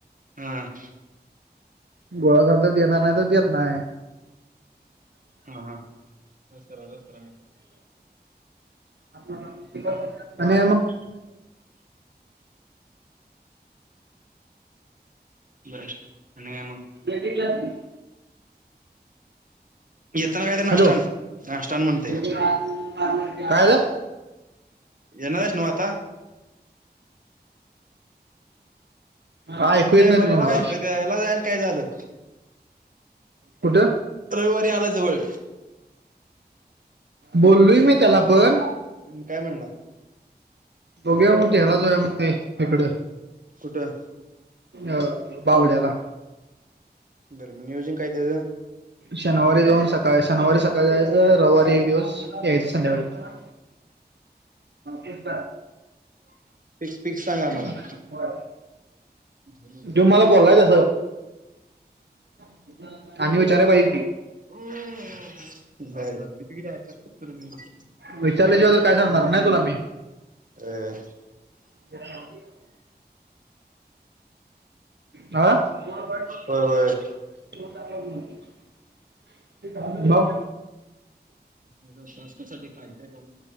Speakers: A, on the right; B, on the right.
A: हम्
B: गोळा झाल तर देणार नाही तर देत नाही.
A: हा हा रस करा रस करा मी
B: <inaudible> आणि
A: बंद
B: काय
A: आहे
B: मग
A: बर आणि काय मग
B: ग्लास घे <unintelligible>
A: येताना काय तर नाष्टा
B: हॅलो
A: आण नाष्टा आण म्हणते.
B: काय झालं.
A: येणार आहेस नव्ह आता
B: काय ऐकू येत
A: ए
B: नाही
A: बरं
B: तुझं
A: ह्याला
B: मला
A: काय ग- ह्याला जायला काय झालं
B: कुठे
A: रविवारी आला जवळ
B: बोललोय मी त्याला पण
A: काय म्हणला
B: बघुया मग ते ह्याला जाऊया मग ते इकडे
A: कुठं
B: अ बावड्याला
A: बर म नीयोज काय चं
B: शनिवारी जाऊन सकाळ शनिवारी सकाळी जायचं रविवारी एक दिवस यायच संध्याकाळी तेच
A: फिक्स फिक्स सांगा आम्हाला
B: क
A: बर
B: <unintelligible> तो मला बोलाय तसं <unintelligible> की
A: <unintelligible> बर, किती किती <unintelligible>
B: विचारल्याशिवाय तर काय सांगणार नाय तुला मी.
A: होय.
B: <unintelligible> आ, <unintelligible>
A: होय होय
B: <unintelligible> मग.
A: ह्या टास्क साठी काय काय काम